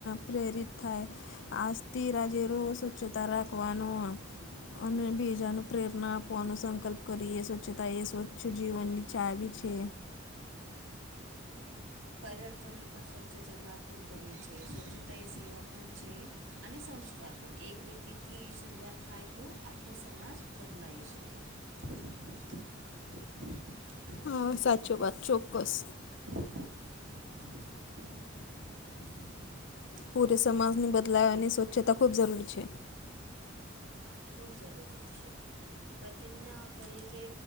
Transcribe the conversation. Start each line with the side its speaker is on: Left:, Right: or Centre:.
Left: પ્રેરિત થાય આજથી રાજે રો સ્વચ્છતા રાખવાનો અને બીજા ને પ્રેરણા આપવાનો સંકલ્પ કરીએ સ્વચ્છતા એ સ્વચ્છ જીવનની ચાવી છે
Right: પર્યટકોને પણ સ્વચ્છ જગા ખૂબ ગમે છે સ્વચ્છતા એ સેવા પન છે અને સંસ્કાર પણ એક રીતિથી શરૂઆત થાય તો આખો સમાજ બદલાઈ શકે <inaudible>
Left: હા સાચો વાત ચોક્કસ
Right: હ
Left: પૂરે સમાજની બદલાય અને સ્વચ્છતા ખૂબ જરૂરી છે.
Right: ખૂબ જરૂરી છે. પ્રતિજ્ઞા કરીએ કે